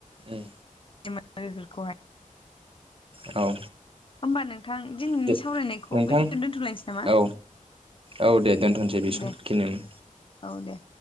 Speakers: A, on the right; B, on the left.
A: उम
B: मोनो बेफोरखौहाय
A: औ
B: होमबा नोंथां दिनैनि
A: दे
B: सावरायनायखौ
A: नोंथां
B: बेखिनियाव दोनथ'लायनोसै नामा
A: औ औ दे दोनथसै बे समखिनियावनो।
B: दे औ दे